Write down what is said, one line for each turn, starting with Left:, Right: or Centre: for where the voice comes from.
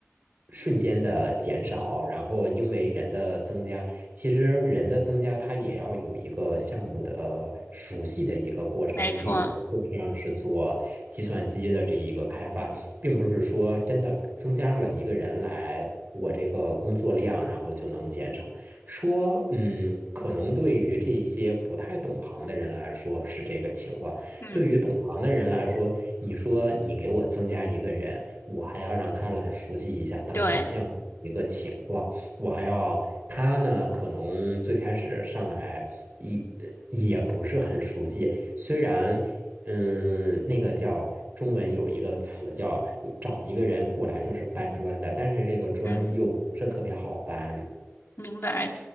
Right: 瞬间的减少，然后因为人的增加，其实人的增加它也要有一个项目的熟悉的一个过程。
Left: 没错，
Right: 你比如说，就像是做计算机的这一个开发，并不是说真的增加了一个人来，我这个工作量然后就能减少。说，嗯，可能对于这些不太懂行的人来说是这个情况，
Left: 嗯。
Right: 对于懂行的人来说，你说你给我增加一个人，我还要让他来熟悉一下当前项目一个情况，
Left: 对，
Right: 我还要他呢，可能最开始上来也也不是很熟悉，虽然，嗯，那个叫。中文有一个词叫找一个人过来就是搬砖的，但是这个砖又不是特别好搬。
Left: 嗯，明白。